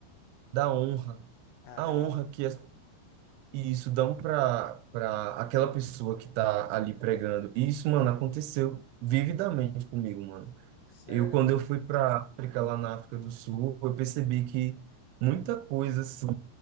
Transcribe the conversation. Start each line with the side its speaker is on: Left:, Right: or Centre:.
Right: da honra,
Left: Ah,
Right: a
Left: da
Right: honra
Left: honra.
Right: que as, e isso dão para para aquela pessoa que está ali pregando. E isso, mano, aconteceu vividamente comigo, mano.
Left: Sério,
Right: Eu, quando
Left: cara?
Right: eu fui para África, lá na África do Sul, eu percebi que muita coisa, assim,